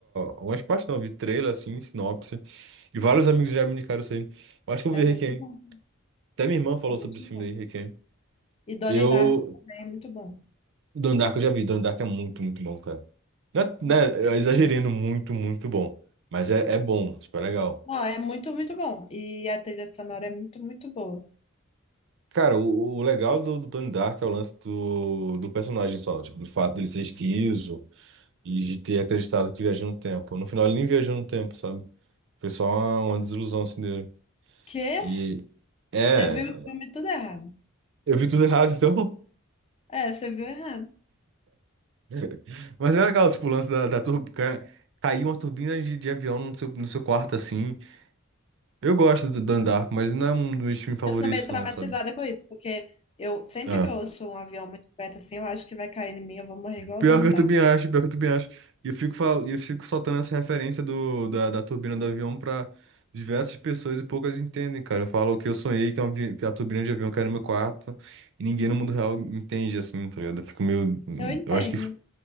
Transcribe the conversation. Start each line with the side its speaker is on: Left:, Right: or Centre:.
Right: algumas partes, não. Vi trailer, assim, sinopse. E vários amigos já me indicaram isso aí. Eu Acho que eu
Left: É
Right: vi Requiem.
Left: muito bom.
Right: Até minha irmã falou
Left: É muito
Right: sobre esse filme
Left: bom.
Right: aí, Requiem.
Left: E Donnie
Right: Eu.
Left: Darko também é muito bom.
Right: Donnie Darko eu já vi. Donnie Darko é muito, muito bom, cara. Não é- não
Left: Hum.
Right: é- eu exagerando muito, muito bom. Mas é, é bom, tipo, é legal.
Left: Não, é muito, muito bom. E a trilha sonora é muito, muito boa.
Right: Cara, o, o legal do, do Donnie Darko é o lance do, do personagem só. Tipo, do fato dele ser esquizo e de ter acreditado que viajou no tempo. No final ele nem viajou no tempo, sabe? Foi só uma, uma desilusão assim dele.
Left: Que?
Right: E. É.
Left: Você viu o filme tudo errado.
Right: Eu vi tudo errado, então.
Left: É, você viu errado.
Right: <laughs> Mas era aquela, tipo, o lance da, da turbina. caiu uma turbina de, de avião no seu, no seu quarto assim. Eu gosto do Donnie Darko, mas não é um dos meus filmes favoritos,
Left: Eu sou meio traumatizada
Right: não, sabe?
Left: com isso, porque eu sempre
Right: Ah,
Left: que eu ouço um avião muito perto assim, eu acho que vai cair em mim, eu vou morrer igual
Right: Pior
Left: o Donnie
Right: que eu
Left: Darko.
Right: também acho, pior que eu também acho. E eu fico, fal... eu fico soltando essa referência do... da, da turbina do avião pra diversas pessoas e poucas entendem, cara. Eu falo que eu sonhei que, é um avi- que a turbina de avião caiu no meu quarto e ninguém no mundo real entende, assim, tá ligado? Eu fico meio.
Left: Eu entendo.
Right: Eu acho que.